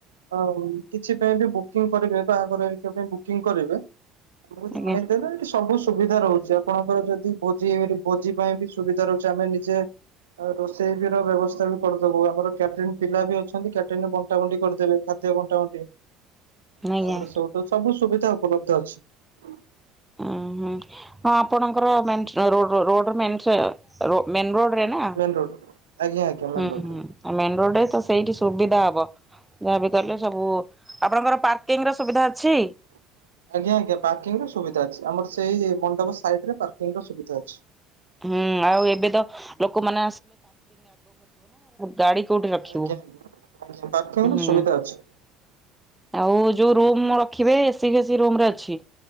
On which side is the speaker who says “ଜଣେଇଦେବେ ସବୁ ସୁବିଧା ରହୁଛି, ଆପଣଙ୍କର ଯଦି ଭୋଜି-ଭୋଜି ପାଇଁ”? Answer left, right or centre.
Right